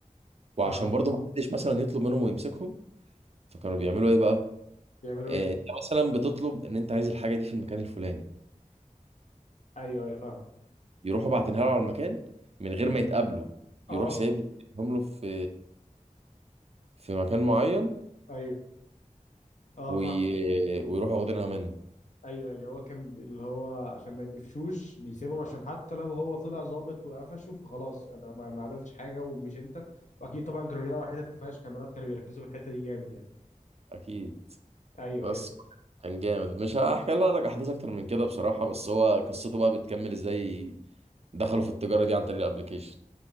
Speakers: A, on the right; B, on the left.
A: وعشان
B: فاهم
A: برضو ما حدش مثلا يطلب منهم ويمسكهم فكانوا بيعملوا ايه بقى
B: بيعملوا
A: آه،
B: ايه
A: انت مثلا بتطلب ان انت عايز الحاجه دي في المكان الفلاني
B: ايوه ايوه فاهم
A: يروحوا باعتينها له على المكان من غير ما يتقابلوا يروح
B: اه
A: سايب له سايبهم له في في مكان معين
B: ايوه اه
A: وي...
B: فاهم
A: ويروحوا واخدينها منه
B: ايوه يعني هو كان اللي هو عشان ما يتقفشوش بيسيبهم عشان حتى لو هو طلع ظابط وقفشه فخلاص انا ما ما عملتش حاجة ومش انت واكيد طبعا كانوا بيلاقوا حتت ما فيهاش كاميرات كانوا بيركزوا في الحتة دي جامد يعني
A: اكيد
B: ايوه
A: بس
B: ايوه
A: كان جامد مش هحكي لك احداث اكتر من كده بصراحه بس هو قصته بقى بتكمل ازاي دخلوا في التجاره دي عن طريق الابليكيشن